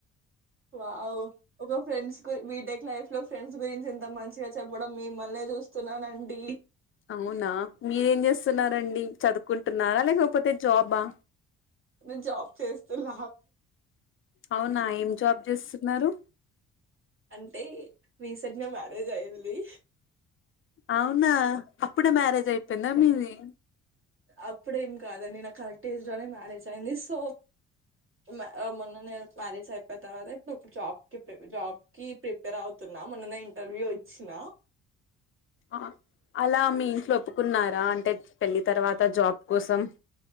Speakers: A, on the right; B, on the left.
A: వావ్ ఒక ఫ్రెండ్స కి, బీటెక్ లైఫ్ లో ఫ్రెండ్స్ గురించి ఎంత మంచిగా చెప్పడం మిమ్మల్న్ చూస్తున్నానండి.
B: అవునా, మీరేం జేస్త్. స్తున్నారండి. చదుకుంటున్నారా, లేకపోతే జాబా.
A: నేన్ జాబ్ చేస్తూ. <unintelligible>
B: అవునా ఏం జాబ్ చేస్తున్నారు
A: అంటే రీసెంట్ గా మ్యా తేజ యెల్లి
B: అవునా అప్పుడే మ్యారేజ్ అయిపోయింది నమ్మింది
A: అప్పుడేం కాదండి నా కరెక్ట్ ఏజ్ లోనే మ్యారేజ్ అయింది సో, మ్యా మొన్ననే మ్యారేజ్ అయిపోయిన తర్వాత, ఇప్పుడు జాబ్ క్ జాబ్ కి ప్రిపేర్ అవుతున్నా, మొన్ననే ఇంటర్వ్యూ ఇచ్చిన.
B: ఆ, అలా మీ ఇంట్లో ఒప్పుకున్నారా, అంటే పెళ్ళి తర్వాత జాబ్ కోసం.